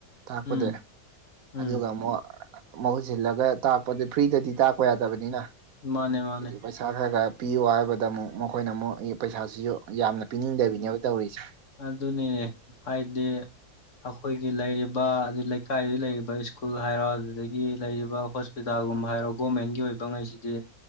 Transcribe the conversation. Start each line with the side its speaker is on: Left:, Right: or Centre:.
Right: ꯇꯥꯛꯄꯗꯤ
Left: ꯎꯝ ꯎꯝ
Right: ꯑꯗꯨꯒ ꯑꯃꯨꯛ ꯃꯍꯨꯠ ꯁꯤꯜꯂꯒ ꯇꯥꯛꯄꯗꯤ ꯐ꯭ꯔꯤꯗꯗꯤ ꯇꯥꯛꯄ ꯌꯥꯗꯕꯅꯤꯅ
Left: ꯃꯥꯅꯦ ꯃꯥꯅꯦ
Right: ꯄꯩꯁꯥ ꯈꯔ ꯈꯔ ꯄꯤꯌꯣ ꯍꯥꯏꯕꯗ ꯑꯃꯨꯛ ꯃꯈꯣꯏꯅ ꯑꯃꯨꯛ ꯄꯩꯁꯥꯁꯤꯁꯨ ꯌꯥꯝꯅ ꯄꯤꯅꯤꯡꯗꯕꯤꯅꯦꯕ ꯇꯧꯔꯤꯁꯦ
Left: ꯑꯗꯨꯅꯤꯅꯦ ꯍꯥꯏꯗꯤ ꯑꯩꯈꯣꯏꯒꯤ ꯂꯩꯔꯤꯕ ꯑꯗꯨ ꯂꯩꯀꯥꯏꯗꯨ ꯂꯩꯔꯤꯕ ꯁ꯭ꯀꯨꯜ ꯍꯥꯏꯔꯣ ꯑꯗꯨꯗꯒꯤ ꯂꯩꯔꯤꯕ ꯍꯣꯁꯄꯤꯇꯥꯜꯒꯨꯝꯕ ꯍꯥꯏꯔꯣ ꯒꯣꯔꯃꯦꯟꯒꯤ ꯑꯣꯏꯕ ꯉꯩꯁꯤꯗꯤ